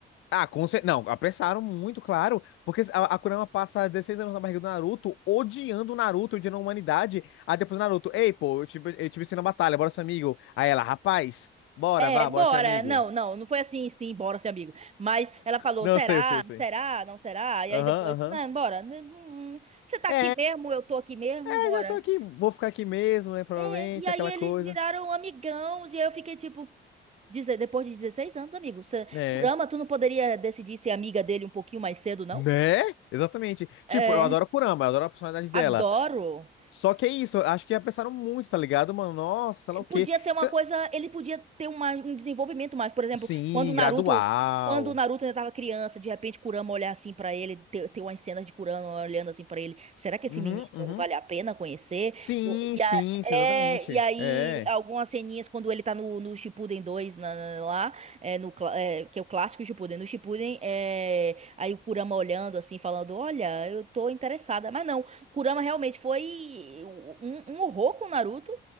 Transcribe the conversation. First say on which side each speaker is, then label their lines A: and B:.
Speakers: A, on the left; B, on the right.
A: ah com cer- Não, apressaram muito, claro, porque a, a Kurama passa 16 anos na barriga do Naruto, odiando o Naruto, odiando a humanidade. Aí depois o Naruto, ei, pô, eu te, eu te venci na batalha, bora ser amigo. Aí ela, rapaz, bora,
B: É,
A: vá,
B: bora.
A: bora ser amigo.
B: Não, não, não foi assim, sim, bora ser amigo. Mas ela falou,
A: Não,
B: será?
A: eu sei, eu sei, eu sei.
B: Será? Não será? E
A: Aham,
B: aí depois,
A: aham.
B: não, bora. N- n- Você tá
A: É,
B: aqui mesmo? Eu tô aqui mesmo?
A: é,
B: Bora.
A: já tô aqui, vou ficar aqui mesmo, né, provavelmente,
B: É, e aí
A: aquela
B: eles
A: coisa.
B: viraram amigãos e eu fiquei tipo, deze- depois de 16 anos, amigo, você-
A: né?
B: Kurama, tu não poderia decidir ser amiga dele um pouquinho mais cedo, não?
A: Né? Exatamente.
B: É,
A: Tipo, eu adoro a Kurama, eu adoro a personalidade dela.
B: adoro.
A: Só que é isso, eu acho que apressaram muito, tá ligado, mano? Nossa, sei lá o quê.
B: Podia ser uma
A: Se-
B: coisa, ele podia ter uma- um desenvolvimento mais. Por exemplo,
A: Sim,
B: quando o Naruto,
A: gradual.
B: quando o Naruto ainda tava criança, de repente Kurama olhar assim pra ele, ter, ter umas cenas de Kurama olhando assim pra ele, será que esse
A: Uhum,
B: menino
A: uhum.
B: vale a pena conhecer?
A: Sim,
B: E,
A: sim, sim,
B: a-
A: exatamente.
B: é, e aí
A: É.
B: algumas ceninhas quando ele tá no, no Shippuden 2 na- na- lá, é, no, clá- é, que é o clássico Shippuden, no Shippuden, é, aí o Kurama olhando assim, falando, olha, eu tô interessada, mas não, Kurama realmente foi um, um horror com o Naruto.